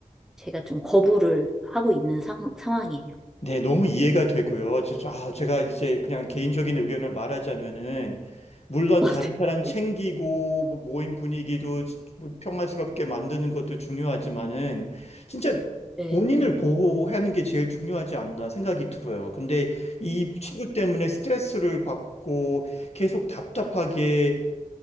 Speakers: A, in the centre; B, on the left.
A: 제가 좀 거부를 하고 있는 상, 상황이에요.
B: 네, 너무 이해가 되고요. 제- 아, 제가 이제 그냥 개인적인 의견을 말하자면은, 물론
A: <laughs>
B: 다른 사람 챙기고, 뭐 모임 분위기도 뭐 평화스럽게 만드는 것도 중요하지만은, 진짜
A: 네.
B: 본인을 보호하는 게 제일 중요하지 않나 생각이 들어요. 근데 이 친구 때문에 스트레스를 받고 계속 답답하게